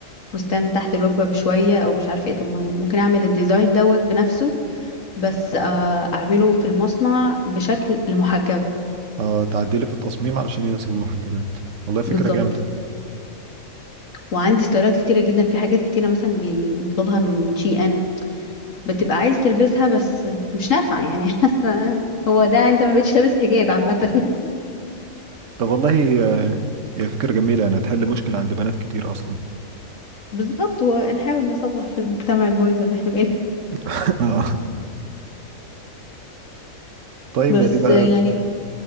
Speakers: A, on the left; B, on the right.
A: فستان تحت الركبه بشويه او مش عارفه ايه طب ما انا ممكن اعمل الديزاين دوت بنفسه بس آه، اعمله في المصنع بشكل لمحجبه
B: اه تعدلي في التصميم علشان يناسب المحجبات والله فكرة
A: بالظبط
B: جامدة
A: وعندي ستايلات كتيره جدا في حاجات كتيره مثلا بي- بنطلبها من شي ان بتبقى عايز تلبسها بس مش نافعه يعني <laughs> حاسه هو ده انت ما بقتش لابس حجاب عامه <laughs>
B: طب والله آه، هي فكرة جميلة يعني هتحل مشكلة عند بنات كتير أصلا
A: بالظبط ونحاول نصلح في المجتمع البايظ اللي احنا بقينا
B: <laughs> آه. طيب
A: بس
B: هي دي بقى
A: يعني
B: ال...